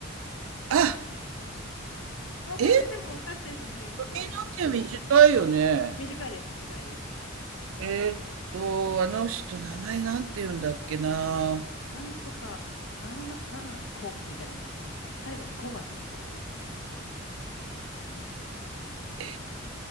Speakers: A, on the right; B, on the left.
A: あ、
B: もうこれででも分かっちゃいそうな気がするんですよね。
A: え、髪の毛短いよね。
B: 短いです、短いです。
A: えーっと、あの人、名前なんて言うんだっけな。
B: なんとか、ああああこ、みたいな、あの、最後にこがつく感じですね。
A: え、